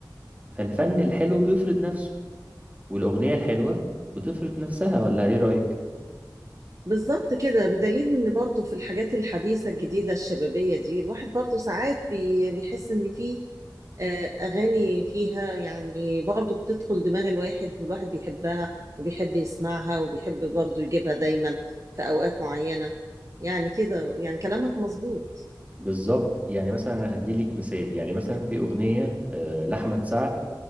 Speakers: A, on the right; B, on the right.
A: فالفن الحلو بيفرض نفسه والاغنية الحلوة بتفرض نفسها ولا ايه رأيك
B: بالظبط كده بدليل ان برضو في الحاجات الحديثة الجديدة الشبابية دي الواحد برضو ساعات بي- بيحس ان في آه، اغاني فيها يعني برضو بتدخل دماغ الواحد والواحد بيحبها وبيحب يسمعها وبيحب برضو يجيبها دايما في اوقات معينة يعني كده يعني كلامك مظبوط
A: بالظبط يعني مثلا انا هديلك مثال يعني مثلا في اغنية آه، لأحمد سعد